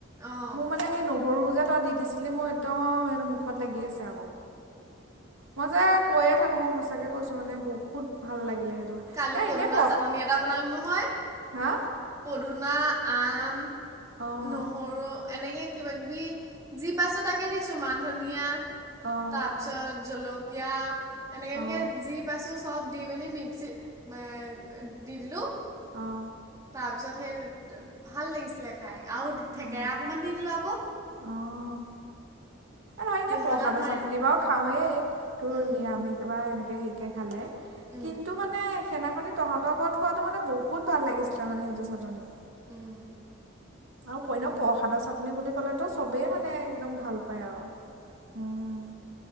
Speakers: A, on the right; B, on the right.
A: অঁ
B: মোৰ মানে সেই ন সৰু যে তই দি দিছিলি মোৰ একদম এইটো মুখত লাগি আছে। মই যে কৈয়ে থাকো মই সঁচাকে কৈছো মানে বহুত ভাল লাগিলে। সেইটো কাৰণে।
A: কালি
B: নাই
A: পদুনা
B: এনেই পঢ়
A: চাটনি এটা বন বনালো নহয়।
B: হা
A: পদুনা আম
B: অঁ
A: নহৰু এনেকে কিবা কিবি যি পাইছো তাকে দিছো মান ধনিয়া
B: অঁ
A: তাৰপিছত জল কিয়া এনেকে এনেকে
B: অঁ
A: যি পাইছো চফ দি পেনে মিক্সি এ দি দিলো
B: অ'।
A: তাৰপিছত সে ভাল লাগিছিলে খাই। আৰু থেকেৰা
B: ভাল লাগে
A: অকমান দি দিলো আকৌ।
B: অঁ নহয় এনেই
A: পিহনাত
B: প্ৰসাদৰ
A: মাৰি
B: চাটনি বাৰু খাওঁৱেই। তোৰ
A: উম
B: নিৰামিষ বা এনে সেইকে খালে
A: উম
B: কিন্তু মানে সেনাখননেই তহঁতৰ ঘৰত খোৱাটো মানে বহুত ভাল লাগিছিলে মানে, সেইটো চাটনি।
A: উম
B: আৰু পই ন প্ৰসাদৰ চাটনি বুলি ক'লেতো চবেই মানে একদম ভাল পায় আও। উম।